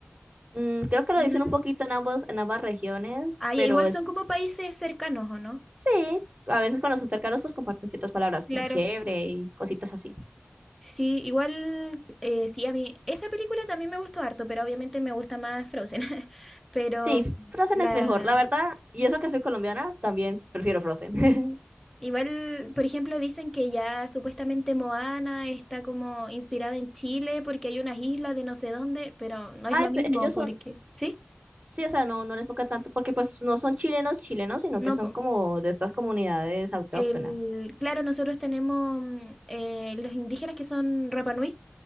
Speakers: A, on the right; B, in the centre.
A: mm, creo que lo
B: No
A: dicen
B: lo...
A: un poquito en ambos, en ambas regiones,
B: Ah, ya,
A: pero
B: igual
A: es,
B: son como países cercanos, ¿o no?
A: sí, a veces cuando son cercanos, pues comparten ciertas palabras
B: Claro.
A: como chévere y cositas así.
B: Sí, igual, eh, sí, a mí, esa película también me gustó harto, pero obviamente me gusta más Frozen. <laughs> Pero
A: Sí, Frozen
B: la,
A: es mejor, la verdad. Y eso que soy colombiana, también prefiero Frozen. <laughs>
B: Igual, por ejemplo, dicen que ya supuestamente Moana está como inspirada en Chile porque hay unas islas de no sé dónde, pero no es
A: Ay,
B: lo mismo
A: pe- ellos
B: porque,
A: son,
B: ¿sí?
A: sí, o sea, no, no les enfoca tanto porque pues no son chilenos chilenos, sino
B: No,
A: que son
B: po.
A: como de estas comunidades autóctonas.
B: El- claro, nosotros tenemos mm, eh, los indígenas que son Rapa Nui